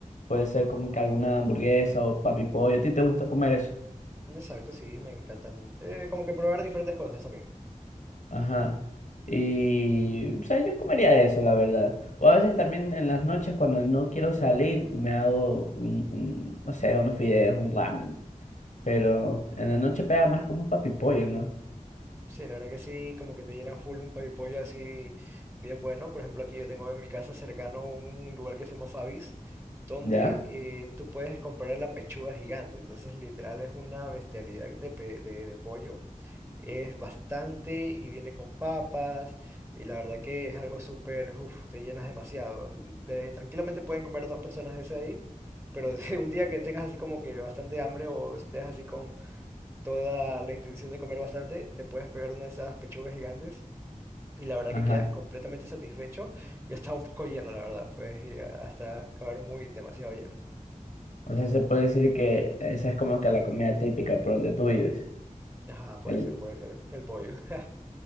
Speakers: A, on the left; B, on the right.
A: puede ser como que alguna hamburguesa o papi pollo. ¿A ti te gusta comer eso?
B: Exacto, sí, me encantan. eh, como que probar diferentes cosas también.
A: Ajá. Y, o sea, yo comería eso, la verdad. O a veces también en las noches cuando no quiero salir, me hago un, un, no sé, unos fideos, un ramen. Pero en la noche pega más como un papipollo, ¿no?
B: Sí, la verdad que sí, como que te llenan full un pollo pollo así bien bueno. Por ejemplo, aquí yo tengo en mi casa cercano un lugar que se llama Fabis, donde
A: ¿Ya?
B: eh, tú puedes comprar la pechuga gigante. Entonces, literal, es una bestialidad de, pe- de, de pollo. Es bastante y viene con papas y la verdad que es algo súper, uff, te llenas demasiado. Le- tranquilamente pueden comer dos personas de ese ahí, pero <laughs> si un día que tengas así como que bastante hambre o estés así con toda la intención de comer bastante, te puedes pegar una de esas pechugas gigantes y la verdad
A: Ajá.
B: que quedas completamente satisfecho y hasta un poco lleno, la verdad. Puedes llegar hasta acabar muy demasiado lleno.
A: O sea, se puede decir que esa es como que la comida típica por donde tú vives.
B: Ajá, puede
A: El...
B: ser, puede ser. El pollo. <laughs>